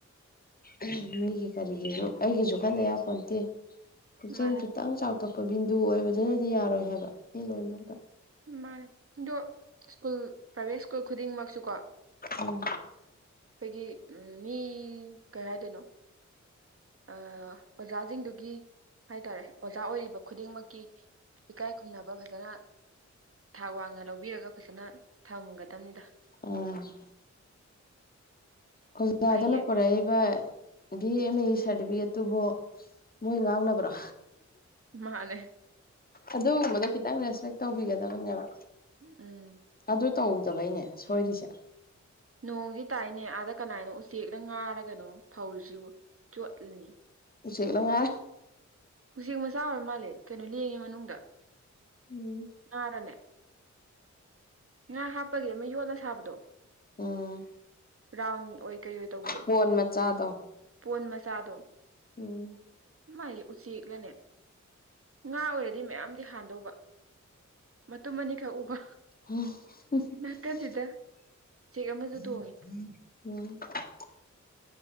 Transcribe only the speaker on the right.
ꯃꯥꯅꯦ
ꯃꯥꯅꯦ ꯑꯗꯣ ꯁ꯭ꯀꯨꯜ ꯄ꯭ꯔꯥꯏꯚꯦꯠ ꯁ꯭ꯀꯨꯜ ꯈꯨꯗꯤꯡꯃꯛꯁꯨꯀꯣ
ꯈꯣꯏꯒꯤ ꯎꯝ ꯃꯤ ꯀꯩ ꯍꯥꯏꯗꯣꯏꯅꯣ ꯑꯥ ꯑꯣꯖꯥꯖꯤꯡꯗꯨꯒꯤ ꯍꯥꯏꯇꯥꯔꯦ ꯑꯣꯖꯥ ꯑꯣꯏꯔꯤꯕ ꯈꯨꯗꯤꯡꯃꯛꯀꯤ ꯏꯀꯥꯏ ꯈꯨꯝꯅꯕ ꯐꯖꯅ ꯊꯥꯛ ꯋꯥꯡꯅ ꯂꯧꯕꯤꯔꯒ ꯐꯖꯅ ꯊꯝꯒꯗꯝꯅꯤꯗ
ꯐꯩꯌꯦ
ꯃꯥꯅꯦ
ꯎꯝ
ꯅꯣꯡꯗꯤ ꯇꯥꯏꯅꯦ ꯑꯥꯗ ꯀꯅꯥꯏꯅꯣ ꯎꯆꯦꯛꯅ ꯉꯥꯔꯒꯅꯣ ꯐꯧꯔꯤꯁꯤꯕꯨ ꯆꯣꯠꯂꯅꯤ
ꯎꯆꯦꯛ ꯃꯆꯥ ꯑꯣꯏꯔ ꯃꯥꯜꯂꯦ ꯀꯩꯅꯣ ꯂꯦꯡꯉꯦ ꯃꯅꯨꯡꯗ
ꯉꯥꯔꯅꯦ ꯉꯥ ꯍꯥꯞꯄꯒꯤ ꯑꯃ ꯌꯣꯠꯅ ꯁꯥꯕꯗꯣ
ꯔꯥꯎꯟ ꯑꯣꯏ ꯀꯩ ꯑꯣꯏ ꯇꯧꯕꯗꯣ
ꯄꯣꯟ ꯃꯆꯥꯗꯣ
ꯃꯥꯥꯏꯁ ꯎꯆꯦꯛꯂꯅꯦ ꯉꯥ ꯑꯣꯏꯔꯗꯤ ꯃꯌꯥꯝꯗꯤ ꯍꯥꯟꯗꯧꯕ ꯃꯇꯨꯝ ꯃꯅꯤ ꯒꯛ ꯎꯕ
ꯅꯥꯀꯟꯁꯤꯗ ꯎꯆꯦꯛ ꯑꯃꯁꯨ ꯇꯣꯡꯉꯤ